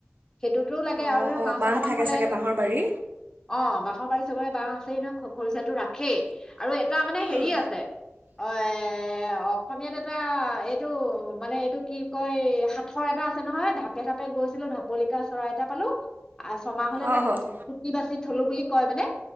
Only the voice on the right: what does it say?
অঁ
অঁ
বাঁহ
থাকে
চাগে বাঁহৰ বাৰী
উম,
অঁ
অঁ